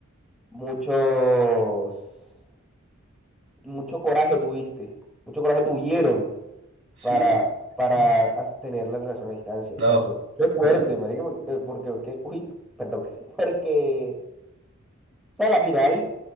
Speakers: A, in the centre; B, on the right.
A: muchos, mucho coraje tuviste, mucho coraje tuvieron
B: Sí,
A: para, para
B: mm,
A: as- tener la relación a distancia.
B: no,
A: O sea, eso, eso es fuerte,
B: pero
A: marica, porque, eh, porque, porque- uy, perdón, <laughs> porque, o sea, a la final